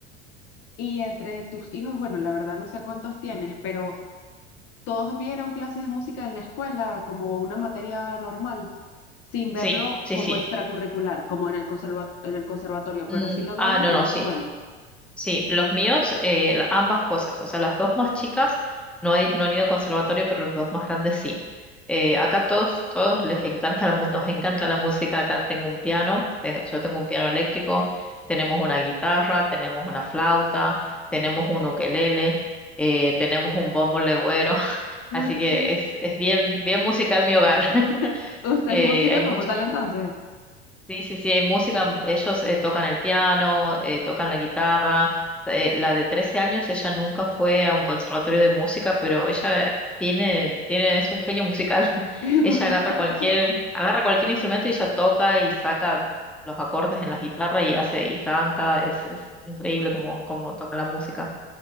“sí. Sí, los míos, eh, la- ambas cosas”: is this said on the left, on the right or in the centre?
Centre